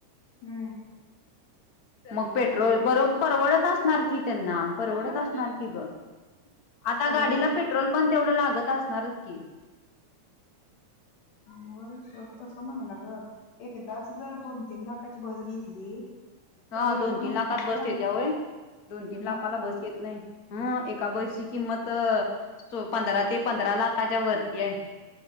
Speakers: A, on the left (about 80°); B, on the left (about 65°).
A: हम्म
B: मग पेट्रोल बरोब असणार की त्यांना परवडत असणार की ग. आता
A: खरं
B: गाडीला पेट्रोल पण तेवढं लागत असणारच की?
A: होय सोड तसं म्हणाले ग, एकदाच जर दोन तीन लाखाची बस घेतली
B: हा
A: तर एवढं
B: दोन तीन
A: महिन्याला
B: लाखात बस
A: पण
B: येत्या होय? दोन तीन लाखाला
A: मग किती
B: बस येत नाही. हम एका बसची किंमत अ पंधरा ते पंधरा लाखाच्या वरती आहे.